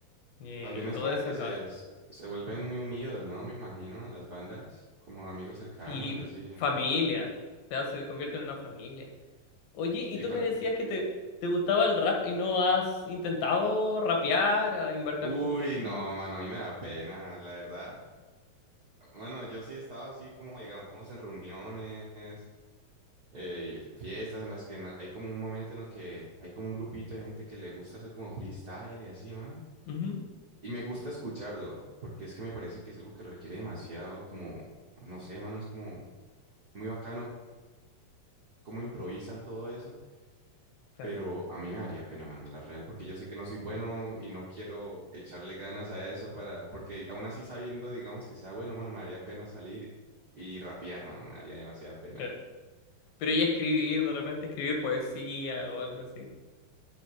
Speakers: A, on the left; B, on the right.
A: eh,
B: También
A: y todo
B: es como
A: eso,
B: que
A: la,
B: se, s- se vuelven muy unidos, ¿no? Me imagino, las bandas, como amigos cercanos
A: sí,
B: y así,
A: familia,
B: ¿no?
A: o sea, se convierte en una familia. Oye, y
B: y
A: tú me decías que te, te gustaba el rap y no has intentado rapear, a invertir
B: Uy,
A: tus rimas.
B: no, mano, a mí me da pena, la verdad. Bueno, yo sí he estado así como, digamos, en reuniones, eh, fiestas en las que na- hay como un momento en el que hay como un grupito de gente que le gusta hacer como freestyle y así, mano.
A: Ujú,
B: Y me gusta escucharlo, porque es que me parece que es algo que requiere demasiado, como, no sé, mano, es como muy bacano cómo improvisan todo eso.
A: Claro,
B: Pero a mí me daría pena, mano, la real, porque yo sé que no soy bueno y no quiero echarle ganas a eso para, porque aún así sabiendo, digamos, que sea bueno, mano, me daría pena salir y rapear, mano, me daría demasiada pena.
A: claro. Pero ya escribir, de repente escribir poesía o algo así.